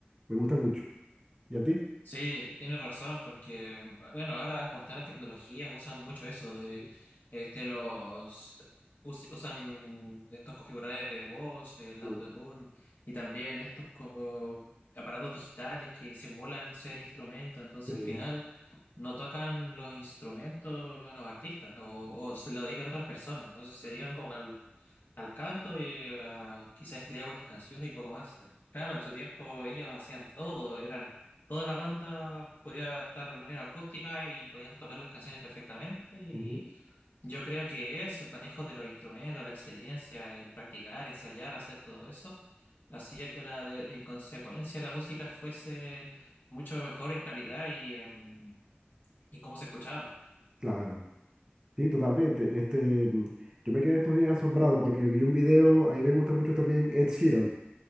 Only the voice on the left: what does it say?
Sí, tienes razón, porque bueno, ahora como están las tecnologías, usan mucho eso de este los us- usan estos configuradores de voz, el
autotune, y también estos como aparatos digitales que simulan ser instrumentos, entonces
al final no tocan los instrumentos a los artistas, o, o se lo dedican a otras personas, entonces se dedican como al, al canto y a quizás escribir algunas canciones y poco más. Claro, en su tiempo ellos hacían todo, eran toda la banda podía estar de manera acústica y podían tocar las canciones perfectamente. Y
yo creo que eso, el manejo de los instrumentos, la experiencia, el practicar, ensayar, hacer todo eso, hacía que la de- en consecuencia la música fuese mucho mejor en calidad y en, y cómo se escuchaba.